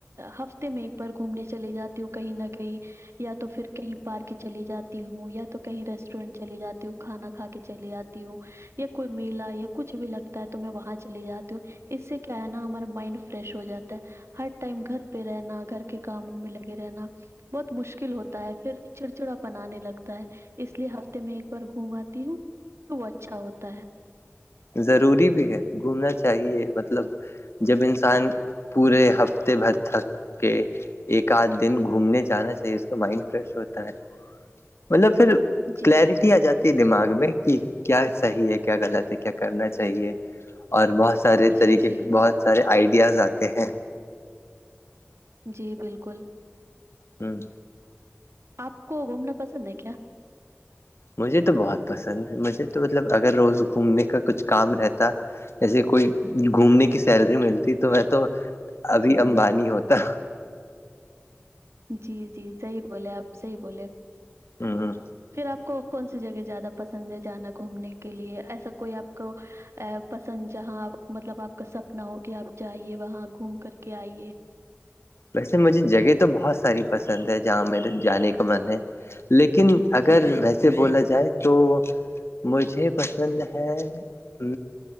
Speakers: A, on the right (about 80°); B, on the left (about 70°).
A: ہفتے میں ایک بار گھومنے چلے جات تو کہیں نہ کہیں یا تو پھر کہیں پارک چلی جاتی ہوں یا تو کہیں ریسٹورینٹ چلی جاتی ہوں کھانا کھا کے چلی آتی ہوں یا کوئی میلا یا کچھ بھی لگتا ہے تو میں وہاں چلی جاتی ہوں اس سے کیا ہے نا ہمار مائنڈ فریش ہو جاتا ہے ہر ٹائم گھر پہ رہنا گھر کے کاموں میں لگے رہنا بہت مشکل ہوتا ہے پھر چڑچڑا پنانے لگتا ہے اس لیے ہفتے میں ایک بار گھوم آتی ہوں تو وہ اچھا ہوتا ہے
B: ضروری بھی ہے گھومنا چاہیے مطلب جب انسان پورے ہفتے بھر تھک کے ایک آدھ دن گھومنے جانا چاہیے اس کا مائنڈ فریش ہوتا ہے مطلب پھر
A: جی،
B: کلیرٹی آ جاتی ہے دماغ میں کہ کیا صحیح ہے کیا غلط ہے کیا کرنا چاہیے اور بہت سارے
A: جی،
B: طریقے
A: جی،
B: بہت سارے آئیڈیاز آتے ہیں
A: جی بالکل
B: ہوں
A: آپ کو گھومنا پسند ہے کیا
B: مجھے تو بہت پسند ہے مجھے تو مطلب اگر روز گھومنے کا کچھ کام رہتا جیسے کوئی گھومنے کی سیلری ملتی تو وہ تو ابھی
A: جی
B: امبانی
A: جی
B: ہوتا
A: جی جی صحیح بولے آپ صحیح بولے
B: ہ
A: پھر آپ کو کون سی جگہ زیادہ پسند ہے جانا گھومنے کے لیے ایسا کوئی آپ کو ا پسند جہاں آپ مطلب آپ کا سپنا ہو کہ آپ جائیے وہاں گھوم کر کے آئیے
B: ویسے مجھے جگہ تو بہت ساری پسند ہے جہاں میرے جانے کا من ہے لیکن اگر
A: جی جی
B: ویسے سے بولا جائے تو مجھے پسند ہے ا